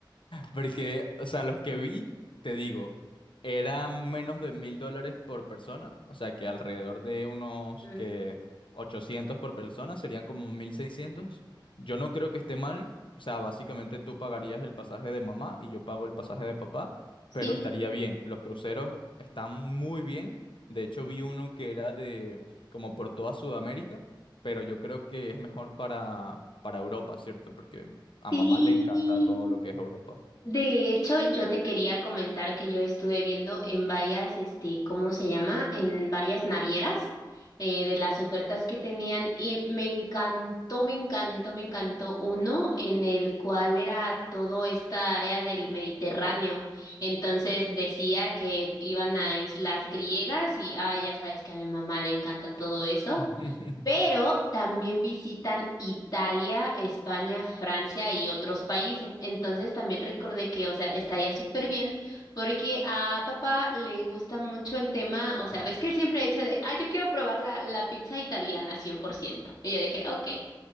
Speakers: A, on the left (about 80°); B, on the left (about 50°).
A: Porque, o sea, los que vi, te digo, eran menos de mil dólares por persona, o sea, que alrededor de unos
B: Mm,
A: que 800 por persona serían como 1600. Yo no creo que esté mal, o sea, básicamente tú pagarías el pasaje de mamá y yo pago el pasaje de papá,
B: Sí,
A: pero estaría bien. Los cruceros están muy bien. De hecho, vi uno que era de como por toda Sudamérica, pero yo creo que es mejor para, para Europa, ¿cierto? Porque a
B: sí.
A: mamá le encanta todo lo que es Europa.
B: De hecho, yo te quería comentar que yo estuve viendo en varias, este, ¿cómo se llama? En varias navieras eh, de las ofertas que tenían y me encantó, me encantó, me encantó uno en el cual era todo esta área del Mediterráneo. Entonces decía que iban a islas griegas y, ay, ya sabes que a mi mamá le encanta todo eso
A: <laughs>
B: pero también visitan Italia, España, Francia y otros países. Entonces también recordé que, o sea, estaría súper bien porque a papá le gusta mucho el tema, o sea, ves que él siempre ha dicho de, ah, yo quiero probar la, la pizza italiana 100%. Y yo dije, ok,